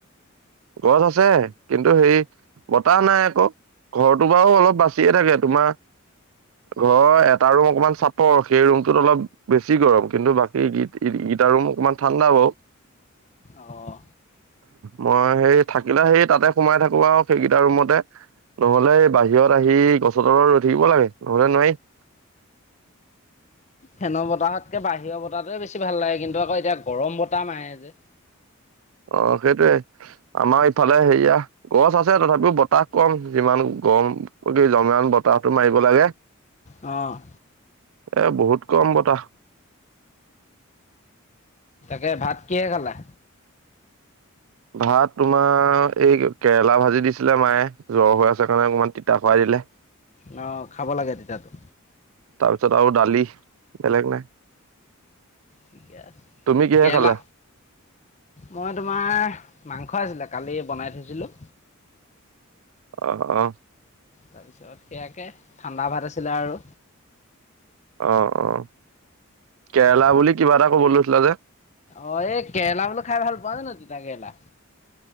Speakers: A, on the right; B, on the left.
A: গছ আছে, কিন্তু সেই বতাহ নাই আকৌ। ঘৰটো বাৰু অলপ বাচিয়ে থাকে তোমাৰ ঘৰ এটা ৰুম অকমান চাপৰ সেই ৰুমটোত অলপ বেছি গৰম কিন্তু বাকী গীত গীত ৰুম অকমান ঠাণ্ডা হও।
B: অঁ
A: মই সেই থাকিলে সেই তাতে সোমাই থাকো আৰু সেইকেইটা ৰুমতে। নহলে বাহিৰত আহি গছৰ তলৰ ৰৈ থাকিব লাগে নহলে নাই। <inaudible>
B: ফেনৰ বতাহতকে বাহিৰৰ বতাহাতোৱে বেছি ভাল লাগে কিন্তু আকৌ এতিয়া গৰম বতাহ মাৰে যে।
A: <inaudible> অ' সেইটোৱে আমাৰ ইফালে হেয়া গছ আছে তথাপিও বতাহ কম যিমান গৰম কি জমেন বতাহটো মাৰিব লাগে।
B: অ'।
A: এ বহুত কম বতাহ।
B: তাকে ভাত কিহে খালা?
A: ভাত তোমাৰ এই কেৰেলা ভাজি দিছিলে মায়ে জ্বৰ হৈ আছে কাৰণে অকণমান তিতা খুৱাই দি <inaudible>
B: ন খাব লাগে তেতিতো।
A: তাৰপিছত আৰু দালি, বেলেগ নাই।
B: ঠিকে আছে
A: তুমি কিহে
B: কেৰেলা,
A: খালা
B: মই তোমাৰ মাংস আছিলে কালি বনাই থৈছিলোঁ।
A: আহ অ'।
B: তাৰপিচত, সেয়াকে ঠাণ্ডা ভাত আছিলে আৰু।
A: অ' অ' কেৰেলা
B: তেনেকৈ
A: বুলি কিবা এটা কব লৈছিলা যে।
B: অ' এই কেৰেলা বোলো খাই ভাল পোৱা নে ন তিতা কেৰেলা?